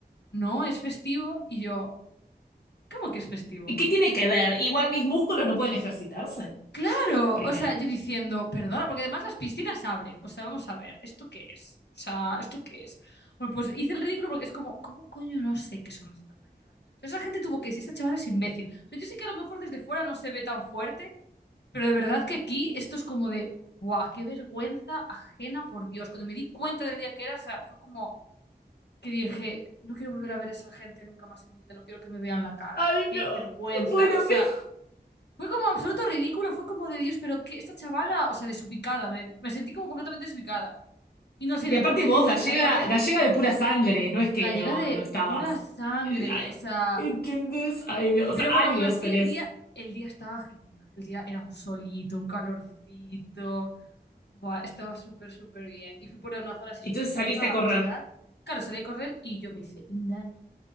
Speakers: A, on the left; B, on the left.
A: no, es festivo. Y yo, ¿cómo que es festivo?
B: ¿Y qué tiene que ver? Igual mis músculos no pueden ejercitarse.
A: Claro,
B: Primero.
A: o sea, yo diciendo, perdona, porque además las piscinas abren. O sea, vamos a ver, ¿esto qué es? O sea, ¿esto qué es? Bueno, pues hice el ridículo porque es como, ¿cómo coño no sé qué son las tetas gallegas? O sea, esa gente tuvo que decir, esta chavala es imbécil. O sea, yo sé que a lo mejor desde fuera no se ve tan fuerte, pero de verdad que aquí esto es como de, ¡buah, qué vergüenza ajena, por Dios! Cuando me di cuenta del día que era, o sea, fue como que dije, no quiero volver a ver a esa gente nunca más en mi vida, no quiero que me vean la cara,
B: Ay,
A: qué
B: no.
A: vergüenza.
B: Bueno,
A: O sea...
B: <laughs> pero...
A: Fue como absoluto ridículo, fue como de Dios, pero que esta chavala, o sea, desubicada, me, me sentí como completamente desubicada. Y no sé,
B: Y
A: después
B: aparte
A: decidí
B: vos, gallega,
A: salir a correr,
B: gallega de pura sangre, no es que
A: gallega
B: no,
A: de
B: no estabas.
A: pura sangre,
B: eh, ay,
A: o sea,
B: ¿Entendés? Ay, Dios. O
A: pero
B: sea, años
A: bueno, aún así
B: tenés.
A: el día, el día estaba genial, el día era un solito, un calorcito, Buah, estaba súper, súper bien. Y fui por una zona así
B: Entonces
A: súper chula
B: saliste a correr.
A: a pasear. Claro, salí a correr y yo me hice un daño.